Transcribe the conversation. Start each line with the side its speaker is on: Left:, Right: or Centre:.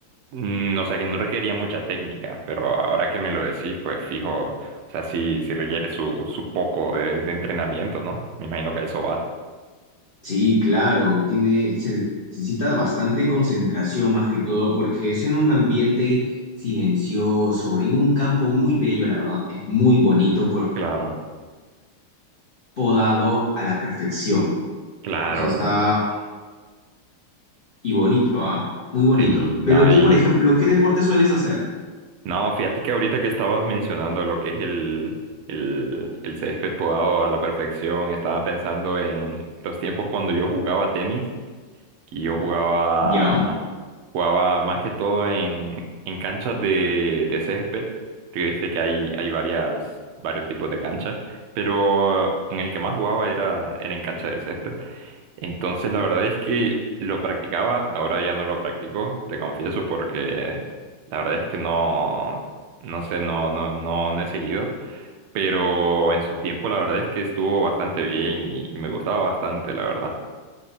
Right: mm, o sea, que no requería mucha técnica, pero ahora que me lo decís, pues fijo, o sea, sí, sí requiere su, su poco de, de entrenamiento, ¿no? Me imagino que a eso vas.
Left: Sí, claro, tiene, se necesita bastante concentración más que todo porque es en un ambiente silencioso, en un campo muy bello, la verdad, es muy bonito, pues,
Right: Claro,
Left: podado a la perfección.
Right: claro,
Left: O sea, está Y bonito, ¿ah? Muy bonito.
Right: sí, no,
Left: Pero tú,
Right: y,
Left: por ejemplo, ¿qué deporte sueles hacer?
Right: no, fíjate que ahorita que estabas mencionando lo que es el, el, el césped podado a la perfección, estaba pensando en los tiempos cuando yo jugaba tenis Y yo jugaba,
Left: ¿Ya?
Right: jugaba más que todo en, en canchas de, de césped, porque viste que hay, hay varias, varios tipos de canchas, pero en el que más jugaba era, era en cancha de césped. Entonces la verdad es que lo practicaba, ahora ya no lo practico, te confieso, porque la verdad es que no, no sé, no, no, no, no he seguido. Pero en su tiempo la verdad es que estuvo bastante bien y, y me gustaba bastante, la verdad.